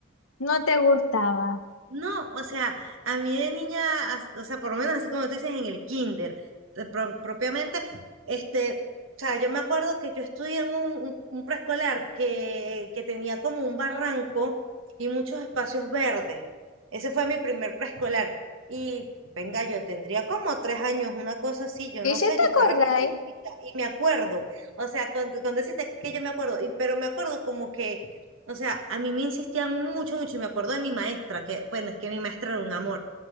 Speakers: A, on the left; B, on the right.
A: no te gustaba.
B: No, o sea, a mí de niña, as- o sea, por lo menos así como tú dices en el kinder, eh, pro- propiamente, este, o sea, yo me acuerdo que yo estudié en un, un- un preescolar que, que tenía como un barranco y muchos espacios verdes. Ese fue mi primer preescolar. Y venga, yo tendría como tres años, una cosa así, yo
A: ¿Y
B: no
A: si
B: sé,
A: te
B: yo estaba
A: acordáis?
B: bien chiquita y me acuerdo, o sea, con, con decirte que, que yo me acuerdo, y, pero me acuerdo como que o sea, a mí me insistían mucho, mucho, y me acuerdo de mi maestra, que, bueno, es que mi maestra era un amor,